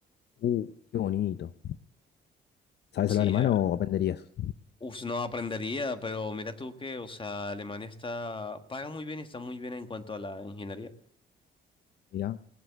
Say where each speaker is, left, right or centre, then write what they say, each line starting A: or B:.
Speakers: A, on the left (about 60°); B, on the left (about 25°).
A: Uh, qué bonito. ¿Sabes
B: Sí,
A: hablar alemán
B: eh,
A: o aprenderías?
B: uf, no aprendería, pero mira tú que, o sea, Alemania está, paga muy bien y está muy bien en cuanto a la ingeniería.
A: Mira,